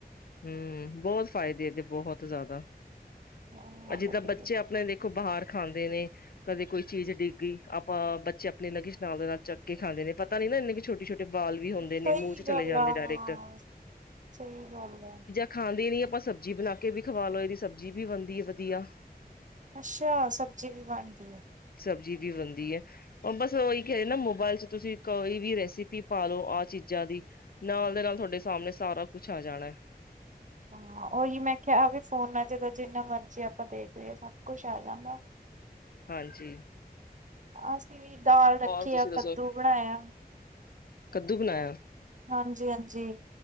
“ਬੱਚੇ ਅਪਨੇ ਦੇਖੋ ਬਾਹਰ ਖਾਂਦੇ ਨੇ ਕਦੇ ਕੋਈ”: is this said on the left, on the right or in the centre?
Left